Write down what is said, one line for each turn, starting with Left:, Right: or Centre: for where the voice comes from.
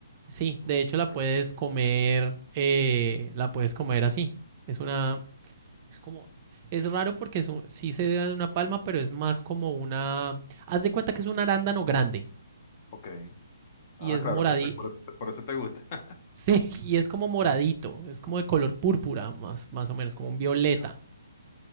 Right: sí.
Left: Ok.
Right: De hecho, la puedes comer, eh, la puedes comer así. Es una, Es como, es raro porque es un- sí se da de una palma, pero es más como una, haz de cuenta que es un arándano grande
Left: ok. Ah,
Right: y es
Left: claro,
Right: moradito,
Left: por eso, por eso, te por eso te gusta. <laughs>
Right: sí, <laughs> y es como moradito, es como de color púrpura, más, más o menos, como
Left: Mm,
Right: un violeta
Left: Ya,